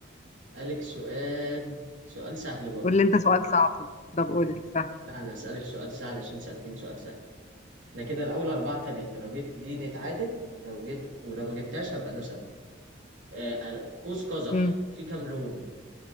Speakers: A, on the right; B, on the left.
A: أسألك سؤال سؤال سهل برضه
B: قول لي انت سؤال صعب طب قول لي سهل
A: لا أنا أسألك سؤال سهل عشان سألتين سؤال سهل إحنا كده الأول أربعة تلاتة لو جبت دي نتعادل لو جبت ولو ما جبتهاش هبقى أنا سبت آه، قوس قزح
B: مم.
A: في كام لون؟